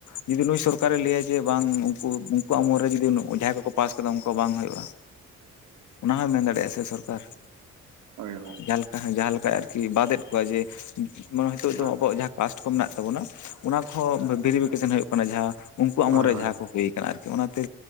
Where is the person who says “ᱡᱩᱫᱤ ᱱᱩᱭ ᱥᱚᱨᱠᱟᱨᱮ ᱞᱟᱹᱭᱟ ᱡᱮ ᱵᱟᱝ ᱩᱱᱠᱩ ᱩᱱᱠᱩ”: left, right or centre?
Left